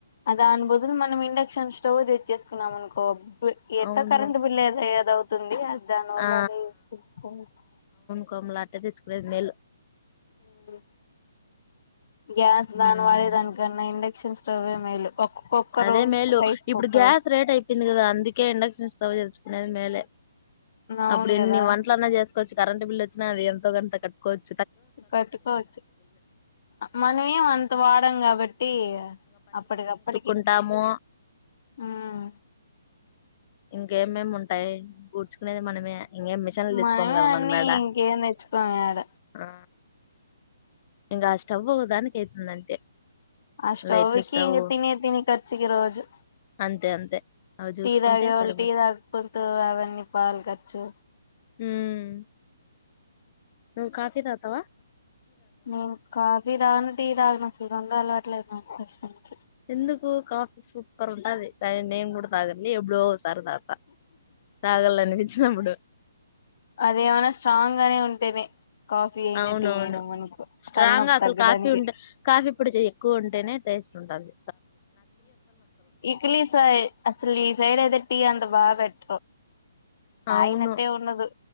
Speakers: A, on the left; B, on the left.
A: అ దాని బదులు మనం ఇండక్షన్ స్టవ్ తెచ్చేసుకున్నాం అను కో ఎట్టా
B: అవును
A: కరంట్ బిల్లే అదే కదా అవు తుంది దాని వల్ల
B: ఆ
A: అదే ఎతకచుకోవచ్చు
B: కోమల అట్టే తెచ్చుకునేది మేలు
A: ఉమ్ గ్యాస్ దాని
B: ఉమ్
A: వాడే దానికన్నా ఇండక్షన్స్ రవే మేలు ఒక్క కుక్కరు
B: అదే మేలు
A: రైస్
B: ఇప్పుడు
A: కుక్కరు
B: గ్యాస్ రేట్ అయిపోయింది కదా అందుకే ఇండక్షన్ స్టవ్ తెచ్చుకునేది మేలే
A: అవును
B: అప్పుడు ఎన్ని
A: కదా
B: వంటలన్నా చేసుకోవచ్చు కరెంట్ బిల్ వచ్చిన అది ఎంతో గంత కటుకోవచ్చు
A: కట్టుకోవచ్చు మనేం అంత వాడం కాబట్టి అప్పటికప్పటికి
B: కుంటాము
A: మ్మ్
B: ఇంకేమేమి ఉంటాయి గూడ్చుకునేది మనమే ఇంకేం మిషన్లు
A: మనమే
B: తెచ్చుకోము కదా
A: అన్ని
B: మనం యాడ
A: ఇంకేం తెచ్చుకోము ఏడ
B: ఆ ఇంకా ఆ స్టవ్ ఒక దానికి అవుతుంది అంతే
A: ఆ స్టవ్కి
B: లైట్లు స్టవ్
A: ఇంకా తినే తినే కర్చుకి రోజు
B: అంతే అంతే అవి చూసుకుంటే
A: టీ తాగేవాళ్ళు
B: సరిపోతుంది
A: టీ తాగపోత అవన్నీ పాల్ క చ్చు
B: ఉమ్ నువ్వు కాఫీ తాగతావా
A: నేను కాఫీ దాను టీ తాగాను అసలు రెండు అలవాటు లేదు మాకు ఫస్ట్ వొచ్చు
B: ఎందుకు కాఫీ సూపర్ ఉంటది నేన్ కు కూడా తాగాను కాని యెబుడో ఒక సారి తగతా తగళ్ళ అనిపించినప్పుడు
A: అదేమనా స్ట్రాంగ్ గానే ఉంటేనే కాఫీ అయినా
B: అవునవును
A: టీ అయినా మనకు
B: స్ట్రాంగ్గా
A: తలనొప్పి
B: అసలు
A: తగ్గడానికి
B: కాఫీ ఉంటే కాఫీ పొడి కొంచం ఎక్కువ ఉంటేనే టేస్ట్ ఉంటాలి
A: ఇక్లీ స అసలు ఈ సైడ్తే టీ వాా వెట
B: అవును
A: ఆయినట్టే ఉన్నదు